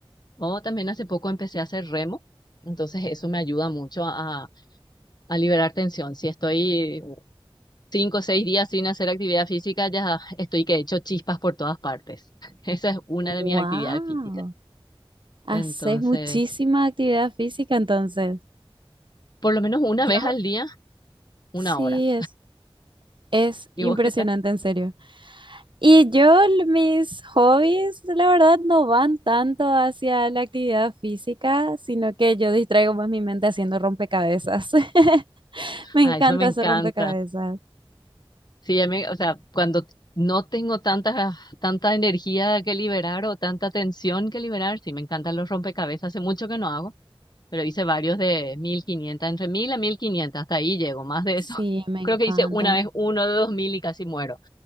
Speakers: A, on the left; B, on the right.
A: O también hace poco empecé a hacer remo, entonces eso me ayuda mucho a, a liberar tensión. Si estoy cinco o seis días sin hacer actividad física, ya estoy que he hecho chispas por todas partes. <laughs> Esa es una
B: ¡Wow!
A: de mis actividades físicas.
B: Haces
A: Entonces,
B: muchísima actividad física entonces.
A: por lo menos una
B: Yo
A: vez al día, una
B: sí,
A: hora.
B: es, es
A: ¿Y
B: impresionante,
A: vos qué tal?
B: en serio. Y yo, l- mis hobbies, la verdad, no van tanto hacia la actividad física, sino que yo distraigo más mi mente haciendo rompecabezas. <laughs> Me
A: Ah,
B: encanta
A: eso me encanta.
B: hacer rompecabezas.
A: Sí, a mí o sea, cuando no tengo tanta, tanta energía que liberar o tanta tensión que liberar, sí, me encantan los rompecabezas. Hace mucho que no hago, pero hice varios de 1500, entre 1000 a 1500, hasta ahí llego, más de eso.
B: Sí,
A: <laughs>
B: me
A: Creo
B: encantan.
A: que hice una vez uno de 2000 y casi muero.